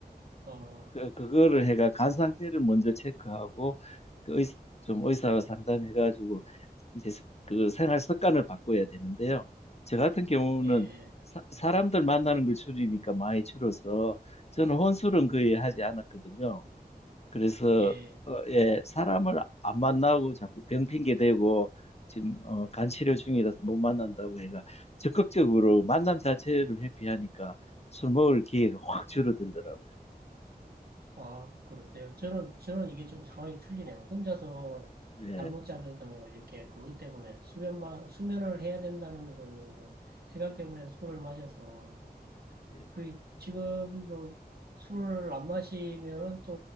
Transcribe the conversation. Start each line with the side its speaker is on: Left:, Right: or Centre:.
Right: 어,
Left: 그 그거를 해가 간 상태를 먼저 체크하고 그 의, 좀 의사와 상담해가지고 이제 그 생활 습관을 바꿔야 되는데요. 저 같은 경우는
Right: 예.
Left: 사, 람들 만나는 걸 줄이니까 많이 줄어서 저는 혼술은 거의 하지 않았거든요. 그래서
Right: 예,
Left: 어, 예, 사람을 안 만나고 자꾸 병 핑계 대고 지금 어, 간 치료 중이라서 못 만난다고 해가 적극적으로 만남 자체를 회피하니까 술 먹을 기회가 확 줄어들더라고요.
Right: 아, 그러세요. 저는, 저는 이게 좀 상황이 틀리네요. 혼자서
Left: 예,
Right: 잠 못 자면서 이렇게 그것 때문에 수면만, 수면을 해야 된다는 그 생각 때문에 술을 마셔서
Left: 예.
Right: 그 지금도 술을 안 마시면은 또